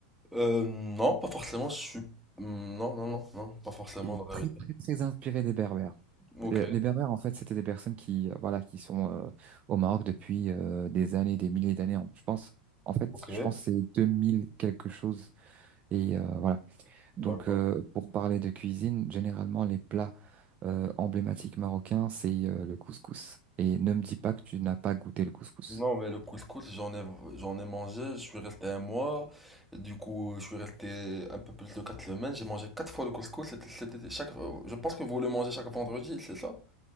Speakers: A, in the centre; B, on the right.
A: Euh, non, pas forcément. Je suis. Hmm, Non, non, non, non, pas forcément.
B: Elle est
A: la
B: très,
A: vérité.
B: très, très inspirée des Berbères.
A: Ok,
B: Les les Berbères, en fait, c'était des personnes qui, euh, voilà, qui sont euh, au Maroc depuis euh, des années, des milliers d'années. en- Je pense, en fait,
A: ok,
B: je pense que c'est 2000 quelque chose. Et euh, voilà. Donc,
A: d'accord.
B: euh, pour parler de cuisine, généralement, les plats euh, emblématiques marocains, c'est euh, le couscous. Et ne me dis pas que tu n'as pas goûté le couscous.
A: Non, mais le couscous, j'en ai, j'en ai mangé, je suis resté un mois, du coup, je suis resté un peu plus de quatre semaines, j'ai mangé quatre fois le couscous, c'était, c'était chaque, je pense que vous le mangez chaque vendredi, c'est ça?